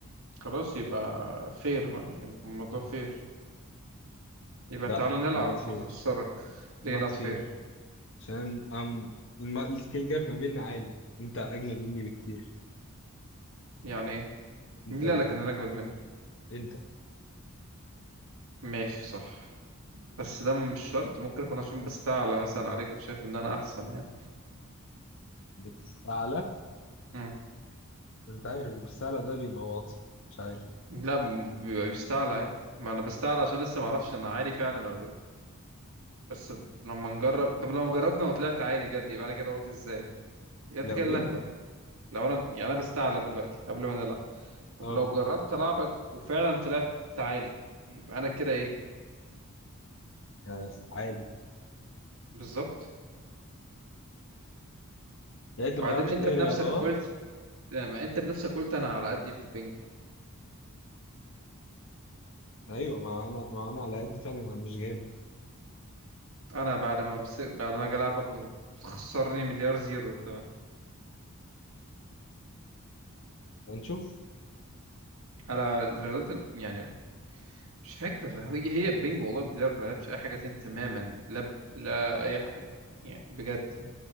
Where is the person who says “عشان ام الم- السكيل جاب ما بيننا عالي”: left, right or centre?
Left